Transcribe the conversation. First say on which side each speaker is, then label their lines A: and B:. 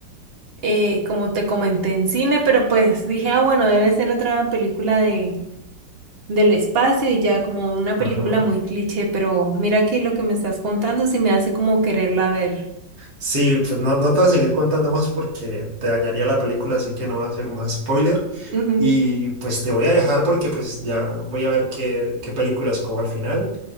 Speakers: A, on the right (about 40°); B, on the right (about 60°).
A: eh, como te comenté en cine, pero pues dije, ah, bueno, debe ser otra película de, del espacio y ya como una
B: Ajá.
A: película muy cliché, pero mira que lo que me estás contando sí me hace como quererla ver.
B: Sí, pues no, no te voy a seguir contando más porque te dañaría la película, así que no voy a hacer más spoiler.
A: Ujú.
B: Y pues te voy a dejar porque pues ya voy a ver qué, qué película escojo al final